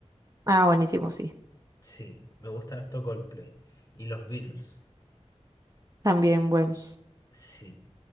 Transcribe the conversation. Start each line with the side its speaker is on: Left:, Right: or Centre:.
Right: Ah, buenísimo, sí.
Left: Sí, me gusta harto Coldplay. Y los Beatles.
Right: También buenos.
Left: Sí.